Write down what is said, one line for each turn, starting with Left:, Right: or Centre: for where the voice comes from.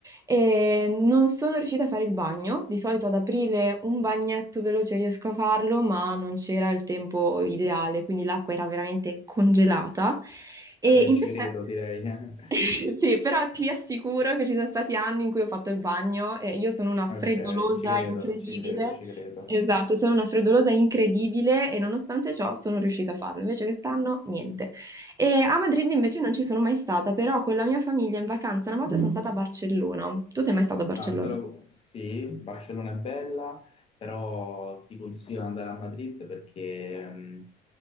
Right: e non sono riuscita a fare il bagno, di solito ad aprile un bagnetto veloce riesco a farlo, ma non c'era il tempo ideale, quindi l'acqua era veramente congelata e
Left: Vabbè,
Right: invece...
Left: ci credo, direi. <laughs>
Right: Sì, però ti assicuro che ci sono stati anni in cui ho fatto il bagno e io sono una freddolosa
Left: Ok, ci credo,
Right: incredibile.
Left: ci credo, ci credo.
Right: Esatto, sono una freddolosa incredibile e nonostante ciò sono riuscita a farlo. Invece quest'anno niente. E a Madrid invece non ci sono mai stata, però con la mia famiglia in vacanza una volta sono stata a Barcellona. Tu sei mai stato a Barcellona?
Left: Ah, te lo- Sì, Barcellona è bella, però ti consiglio di andare a Madrid perché mh,